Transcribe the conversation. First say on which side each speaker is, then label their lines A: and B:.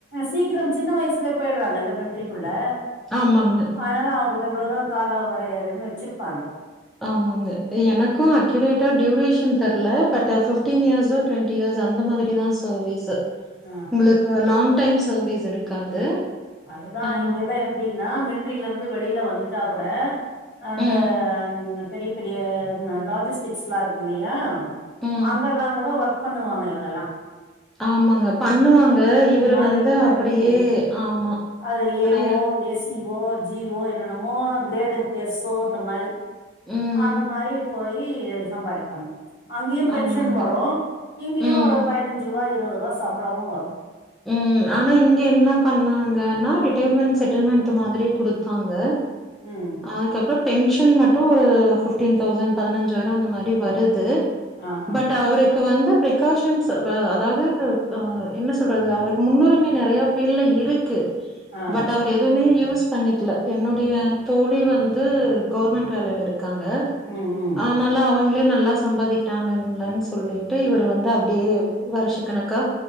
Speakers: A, on the left; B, in the centre.
A: சீக்கிரம் சின்ன வயசுலயே போயிடறாங்கல்ல மில்ட்ரிக்குள்ள
B: ஆமாங்க,
A: அதனால அவுங்களுக்கு அவ்ளதா கால வரையறன்னு வெச்சிருப்பாங்க
B: ஆமாங்க எனக்கு அக்யூரேட்டா டியூரேஷன் தெர்ல பட் ஃபிப்டீன்
A: ம்
B: இயர்ஸ்ஸோ டுவெண் டி இயர்ஸ் அந்த மாரிதா சர்வீஸு
A: ஆ
B: உங்களுக்கு லாங் டைம் சர்வீஸ் இருக்காது
A: அதுதா
B: ஆ,
A: இங்கெல்லா எப்டின்னா மிலிட்ரில இருந்து வெளில வந்துட்டா கூட அ அந்த
B: ம்,
A: பெரிய பெரிய லாஜிஸ்டிக்ஸ் எல்லா இருக்கல்லையா
B: ம்.
A: அங்க எல்லாங் கூட ஒர்க் பண்ணுவாங்க இவங்கெல்லா
B: ஆமாங்க பண்ணுவாங்க இவரு
A: மாதிரி
B: வந்து
A: பண்ணி
B: அப்டியே ஆமா
A: அதுல ஏ
B: ஆனா
A: வோ, ஏ சி வோ, ஜி வோ என்னென்னமோ கிரேடு இருக்கு எஸ் ஓ அந்த மாரி
B: ம்.
A: அந்த மாரி போயி சம்பாரிப்பாங்க அங்கயு பென்ஷன்
B: ஆமாங்க.
A: வரு இங்கயு
B: ம்,
A: ஒரு பதினஞ்சு ரூவா இருவது ரூவா சம்பளமு வரு
B: ம். ஆனா இங்க என்ன பண்ணாங்கன்னா ரிட்டைர்மென்ட் செட்டில்மெண்ட் மாதிரி குடுத்தாங்க
A: ம்
B: அதுக்கப்றோ பென்ஷன் மட்டு ஒரு ஃபிஃப்டீன் தௌசண்ட் பதினஞ்சாயிரோ அந்த மாதிரி வருது
A: ஆ ஆ
B: பட் அவருக்கு வந்து ப்ரிக்காஷன்ஸ் வ அதாது ஆ என்ன சொ சொல்றது அவருக்கு முன்னுரிமை நெறைய ஃபீல்ல இருக்கு
A: ஆ
B: பட் அவ எதுமே யூஸ் பண்ணிக்கல என்னுடைய தோழி வந்து கவர்மெண்ட் வேலைல இருக் க்காங்க
A: ம் ம்
B: ஆனா ல்லா அவங்களே நல்லா சம்பாதிக்கிறாங்கன்ல சொல்லிட்டு இவரு வந்து அப்டியே வருஷ கணக்கா